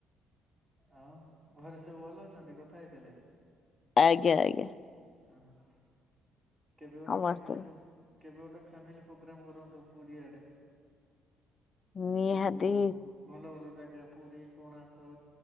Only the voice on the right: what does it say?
ଆଉ ଘରେ ସବୁ ଭଲ ଅଛନ୍ତି କଥା ହେଇଥିଲେ।
ଓହୋ କେବେ ଗୋଟେ
ଫାମିଲ ପୋ କେବେ ଗୋଟେ ଫାମିଲ ପ୍ରୋଗ୍ରାମ କରନ୍ତୁ ପୁରୀଆଡେ।
ସବୁ ଭଲ ଭଲ ଜାଗା ପୁରୀ କୋଣାର୍କ